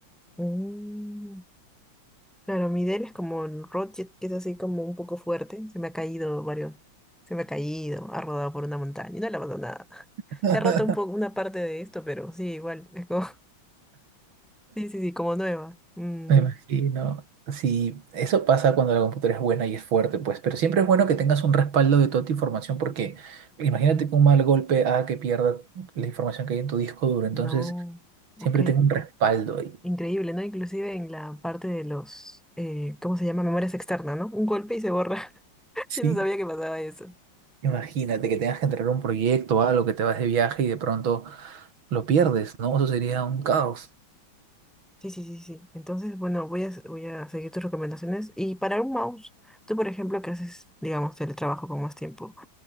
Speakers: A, in the centre; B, on the right.
A: Mm. Claro, mi Dell es como el Rocket, que es así como un poco fuerte. Se me ha caído varios, se me ha caído, ha rodado por una montaña y no le ha pasado nada. <laughs>
B: <laughs>
A: Se ha roto un poco una parte de esto, pero sí, igual, es como, <laughs> sí, sí, sí, como nueva. Mm,
B: Me imagino. Sí, eso pasa cuando la computadora es buena y es fuerte, pues, pero siempre es bueno que tengas un respaldo de toda tu información porque imagínate que un mal golpe haga que pierda la información que hay en tu disco duro, entonces
A: no,
B: siempre
A: ok.
B: tengo un respaldo ahí.
A: Increíble, ¿no? Inclusive en la parte de los, eh, ¿cómo se llama? Memorias externas, ¿no? Un golpe y se borra. <laughs>
B: Sí,
A: Yo no sabía que pasaba eso.
B: Imagínate que tengas que entregar un proyecto o algo, que te vas de viaje y de pronto lo pierdes, ¿no? Eso sería un caos.
A: Sí, sí, sí, sí. Entonces, bueno, voy a, voy a seguir tus recomendaciones. Y para un mouse, tú, por ejemplo, que haces, digamos, teletrabajo con más tiempo,